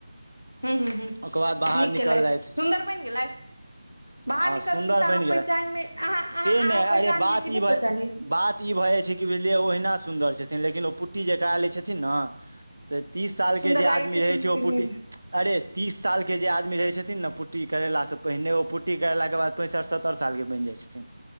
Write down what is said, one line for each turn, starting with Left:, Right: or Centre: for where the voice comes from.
Left: हुँ हुँ हुँ
Right: ओकर बाद बाहर
Left: नीक
Right: निकललथि
Left: केेलयत सुन्दर बन गेलेथि बाहर
Right: हँ
Left: निकलखिन
Right: सुन्दर
Left: तऽ
Right: बनि
Left: अहाँ
Right: गेलथि
Left: पहचानमे अहाँ अहाँ
Right: से
Left: अहाँ
Right: नहि
Left: पहचान
Right: अरे बात
Left: लिअ कि
Right: ई
Left: नहि
Right: भऽ
Left: पहचान लिअ
Right: बात ई भऽ जाइ छै कि बुझलियै ओहिना सुन्दर छथिन लेकिन ओ पुट्टी जे करा लै छथिन ने तऽ तीस सालके
Left: सुन्दर
Right: जे
Left: लागै
Right: आदमी
Left: छथिन
Right: रहैत छै
Left: कि
Right: ओ पुटी
Left: नहि
Right: अरे तीस साल के जे आदमी रहै छथिन ने पुट्टी करेलास से पहिने ओ पुट्टी करेलाके बाद पैंसठ सत्तरि साल के बनि जाइ छथिन